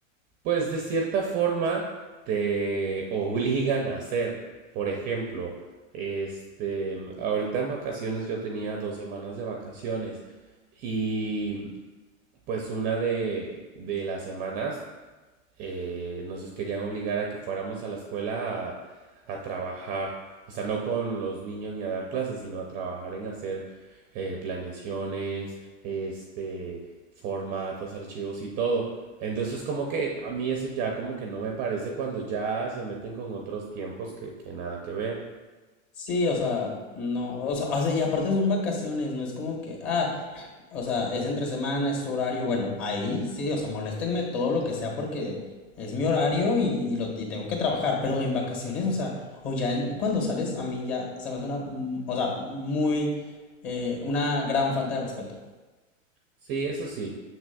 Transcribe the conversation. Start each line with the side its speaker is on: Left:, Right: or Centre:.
Right: pues, de cierta forma te obligan a hacer. Por ejemplo, este, ahorita en vacaciones yo tenía dos semanas de vacaciones y, pues, una de, de las semanas eh, nos querían obligar a que fuéramos a la escuela a, a, trabajar, o sea, no con los niños ni a dar clases, sino a trabajar en hacer eh, planeaciones, este, formatos, archivos y todo. Entonces como que a mí eso ya como que no me parece cuando ya se meten con otros tiempos que, que nada que ver.
Left: Sí, o sea, no, o sea, o sea, y aparte son vacaciones, no es como que, ah, o sea, es entre semana, es tu horario, bueno, ahí sí, o sea, moléstenme todo lo que sea porque es mi horario y, y lo, y tengo que trabajar, pero en vacaciones, o sea, o ya en- cuando sales, a mí ya se me hace una, mm, o sea, muy, eh, una gran falta de respeto.
Right: Sí, eso sí.